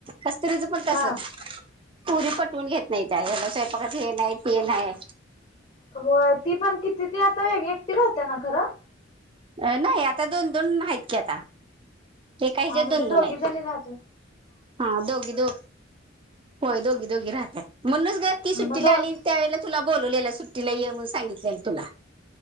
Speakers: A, on the right; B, on the left.
A: कस्तुरीच पण तसच?
B: हा
A: पुरी पटवून घेत नाहीत्या. ह्याला स्वयंपाकच हे नाही ते नाही?
B: होय.. ती पण किती त आता एकटी राहते ना खरं?
A: अ.. नाही. आता दोन दोन हायेत की आता. एका ह्याच्यात
B: हा म्हणजे
A: दोन
B: दोघी
A: दोन हाय?
B: जणी राहते
A: हा दोघी दोघ होय.. दोघी दोघी राहत्यात. म्हणूनच ग ती
B: हा
A: सुट्टीला
B: मग दोघी
A: आली त्यावेेळला तुला बोलवलेल सुट्टीला ये. म्हणून सांगितलेय तुला.